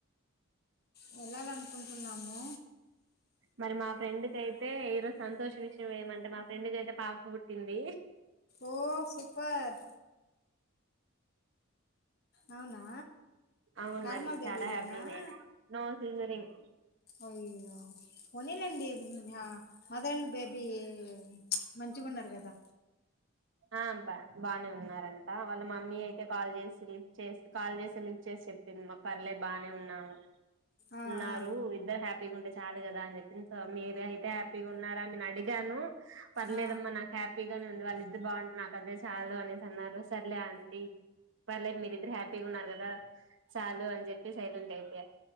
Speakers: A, on the left; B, on the right.
A: వెళ్ళాలనుకుంటున్నాము
B: మరి మా ఫ్రెండ్ కయితే ఈరోజు సంతోష విషయం ఏమంటే మా ఫ్రెండ్కి అయితే పాప పుట్టింది
A: ఓ సూపర్ అవునా
B: అవును
A: నార్మల్
B: మరి చాలా
A: డెలివరీనా
B: హ్యాపీనే నో సీజరిన్
A: అయ్యో పోనీలేండి మ్మ్ మదర్ అండ్ బేబీ బీ మంచిగా ఉన్నారు కదా
B: ఆ బ బానే ఉన్నారన్ త వాళ్ళ మమ్మీ అయితే కాల్ చేసి లిఫ్ చేసి కాల్ చేస్తే లిఫ్ చేసి చెప్పింది మా పర్లే బానే ఉన్నాము
A: ఆ
B: ఉన్నారు
A: ఆ
B: ఇద్దరు హ్యాపీగా ఉంటే చాలా గ రాంచెప్ మీరు అయితే హ్యాపీగా ఉన్నారాని నేను అడిగాను పర్లేదమ్మా
A: ఆ
B: నాకు హ్యాపీగా ఉంది వాళ్ళ బాగుంటంది నాకు అదే చాలు సరలే అ పర్లేదు మీరిద్దరు హ్యాపీగా ఉన్నారు కదా చాలు అని చెప్పి సైలెంట్ అయిపోయా